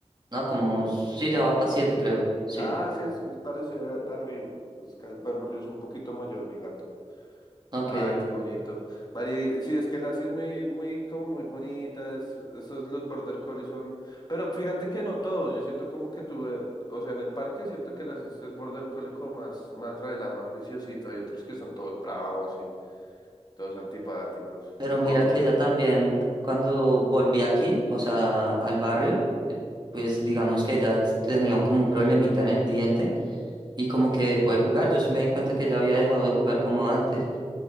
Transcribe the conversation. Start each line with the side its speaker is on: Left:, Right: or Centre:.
Right: No, como sí, ya va para siete, creo. Sí,
Left: Ah, sí, es, es parecido a, a Ryu. Es ca- bueno, Ryu es un poquito mayor, mi gato.
Right: ok.
Left: Ay, qué bonito. Mari, eh, sí, es que la sí es muy, muy, como muy bonita. es- esos los border collies son. Pero fíjate que no todos. Yo siento como que tuve, o sea, en el parque siento que la sí es el border collie como más, más rela, juiciosito. Hay otros que son todos bravos y todos antipáticos.
Right: Pero mira
Left: O
Right: que
Left: sea,
Right: ella también, cuando volví aquí, o sea, al barrio, que, pues digamos que ella tenía como un problemita en el diente y como que dejó de jugar. Yo sí me di cuenta que ella había dejado de jugar como antes,